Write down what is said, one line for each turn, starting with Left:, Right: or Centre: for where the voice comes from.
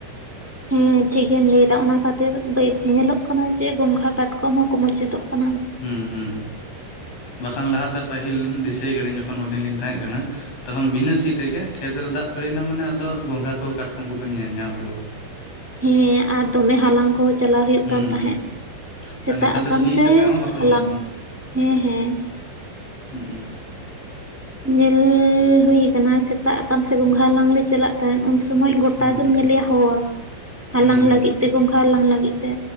Right: ᱦᱮᱸ ᱴᱷᱤᱠ ᱜᱮᱢ ᱞᱟᱹᱭᱮᱫᱟ ᱚᱱᱟ ᱠᱷᱟᱹᱛᱤᱨ ᱧᱮᱞᱚᱜ ᱠᱟᱱᱟ ᱡᱮ ᱜᱚᱝᱜᱷᱟ ᱠᱟᱴᱠᱚᱢ ᱦᱚᱸᱠᱚ ᱢᱩᱪᱟᱹᱫᱚᱜ ᱠᱟᱱᱟ
Left: ᱦᱩᱸ ᱦᱩᱸ ᱵᱟᱠᱷᱟᱱ ᱞᱟᱦᱟ ᱛᱮ ᱯᱟᱹᱦᱤᱞ ᱫᱤᱥᱟᱹᱭ ᱜᱮᱭᱟ ᱞᱤᱧ ᱡᱚᱠᱷᱚᱱ ᱦᱩᱰᱤᱧ ᱞᱤᱧ ᱛᱟᱦᱮᱸᱜ ᱠᱟᱱᱟ᱾ ᱛᱚᱠᱷᱚᱱ ᱵᱤᱱᱟᱹᱥᱤ ᱛᱮᱜᱮ ᱠᱷᱮᱛ ᱨᱮ ᱫᱟᱜ ᱯᱮᱨᱮᱡ ᱮᱱᱟ ᱢᱟᱱᱮ ᱟᱫᱚ ᱜᱚᱸᱜᱷᱟ ᱠᱚ ᱠᱟᱴᱠᱚᱢ ᱠᱚᱵᱮᱱ ᱧᱮᱞ ᱧᱟᱢ ᱠᱚᱣᱟ᱾
Right: ᱦᱮᱸ ᱟᱨ ᱫᱚᱢᱮ ᱦᱟᱞᱟᱝ ᱠᱚ᱾ ᱪᱟᱞᱟᱣ ᱦᱩᱭᱩᱜ
Left: ᱦᱩᱸ
Right: ᱠᱟᱱ ᱛᱟᱦᱮᱸᱜ
Left: ᱦᱩᱸ
Right: ᱥᱮᱛᱟᱜ
Left: ᱟᱨ ᱱᱮᱛᱟᱨ
Right: ᱟᱠᱟᱱ
Left: ᱫᱚ ᱥᱤ
Right: ᱥᱮ
Left: ᱠᱟᱛᱮᱜ ᱦᱚᱸ ᱵᱟᱠᱚ
Right: ᱦᱟᱞᱟᱝ
Left: ᱧᱟᱢᱚᱜ ᱠᱟᱱᱟ
Right: ᱦᱮᱸ ᱦᱮᱸ
Left: ᱦᱩᱸ
Right: ᱧᱮᱞ ᱦᱩᱭ ᱠᱟᱱᱟ ᱥᱮᱛᱟᱜ ᱟᱠᱟᱱ ᱥᱮ ᱜᱚᱝᱜᱦᱟ ᱦᱟᱞᱟᱝ ᱞᱮ ᱪᱟᱞᱟᱜ ᱛᱟᱭᱚᱢ ᱩᱱ ᱥᱚᱢᱚᱭ ᱜᱚᱴᱟ
Left: ᱦᱩᱸ
Right: ᱜᱮᱢ
Left: ᱦᱩᱸ
Right: ᱧᱮᱞᱮᱭᱟ ᱦᱚᱲ ᱦᱟᱞᱟᱝ
Left: ᱦᱩᱸ ᱦᱩᱸ
Right: ᱞᱟᱹᱜᱤᱫ ᱛᱮ ᱜᱚᱝᱜᱦᱟ ᱦᱟᱞᱟᱝ ᱞᱟᱹᱜᱤᱫ ᱛᱮ